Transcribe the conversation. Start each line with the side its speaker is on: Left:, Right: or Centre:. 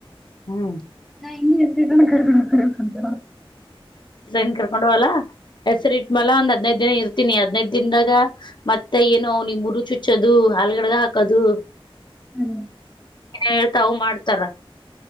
Left: ಹ್ಮ್
Centre: ಹಂಗೆ ಎಷ್ಟ ಕಂತ
Left: ನ್ ಕರ್ಕೊಂಡ ಹೋಗಲ್ಲಾ ಹೆಸರಿ ಇಟ್ ಮಲ ಒಂದ್ ಹದ್ದ್ ದಿನ ಇರ್ತೀನಿ ಹದ್ದ್ ದಿನದಾಗ ಮತ್ತೆ ಏನು ನಿಮ್ ಹುರು ಚುಚ್ಚದು ಹಾಲ್ಗಡಗ ಹಕದು
Centre: ಹ್ಮ್
Left: ಏನ್ ಹೇಳ್ತಾ ಅ ಮಾಡ್ತಾರ